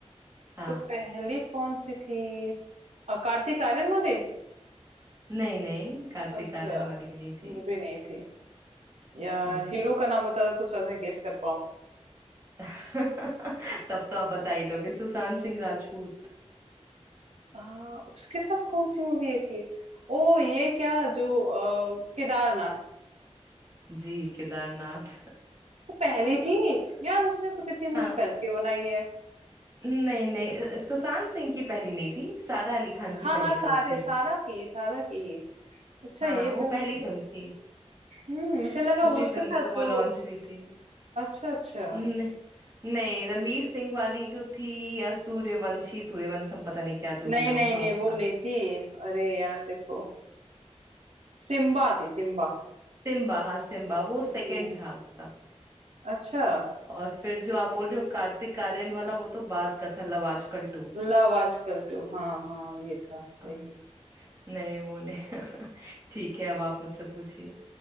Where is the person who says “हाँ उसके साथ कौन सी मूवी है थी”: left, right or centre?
Right